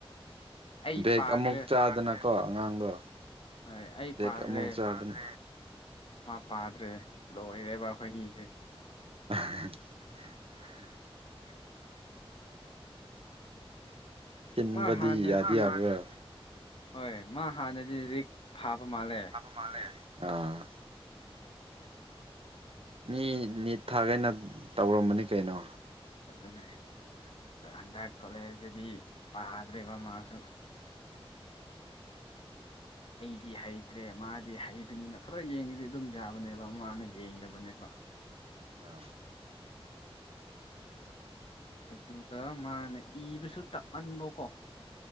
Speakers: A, on the left (about 65°); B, on the right (about 65°).
A: ꯑꯩ
B: ꯕꯦꯛ
A: ꯄꯥꯗ꯭ꯔꯦ
B: ꯑꯃꯨꯛ ꯆꯥꯗꯅ ꯀꯣ ꯑꯉꯥꯡꯗꯣ
A: ꯍꯣꯏ ꯑꯩ
B: ꯕꯦꯛ
A: ꯄꯥꯗ꯭ꯔꯦ
B: ꯑꯃꯨꯛ ꯆꯥꯗꯅ
A: ꯃꯥ ꯄꯥꯗ꯭ꯔꯦ ꯂꯣꯏꯔꯦꯕ ꯑꯩꯈꯣꯏꯅꯤꯁꯦ
B: <unintelligible> ꯆꯤꯟꯕꯗꯤ
A: ꯃꯥ ꯍꯥꯟꯅꯗꯤ
B: ꯌꯥꯗꯤ ꯌꯥꯕ꯭ꯔꯥ
A: ꯍꯣꯏ ꯃꯥ ꯍꯥꯟꯅꯗꯤ ꯂꯥꯏꯔꯤꯛ ꯐꯥꯕ ꯃꯥꯜꯂꯦ
B: ꯃꯥꯜꯂꯦ ꯑꯥ ꯃꯤ ꯅꯤꯠ ꯊꯥꯒꯦꯅ ꯇꯧꯔꯝꯕꯅꯤ ꯀꯩꯅꯣ
A: ꯑꯗꯨꯅꯦ ꯇꯣ ꯍꯟꯗꯛ ꯀꯣꯂꯦꯖꯇꯗꯤ ꯄꯥꯗ꯭ꯔꯦꯕ ꯃꯥꯁꯨ ꯑꯩꯗꯤ ꯍꯩꯇ꯭ꯔꯦ ꯃꯥꯗꯤ ꯍꯩꯕꯅꯤꯅ ꯈꯔ ꯌꯦꯡꯉꯤꯗꯤ ꯑꯗꯨꯝ ꯌꯥꯕꯅꯦꯕ ꯃꯥꯅ ꯌꯦꯡꯗꯕꯅꯦꯕ
B: ꯑꯥ
A: ꯑꯗꯨꯒ ꯃꯥꯅ ꯏꯕꯁꯨ ꯇꯞꯃꯟꯕꯀꯣ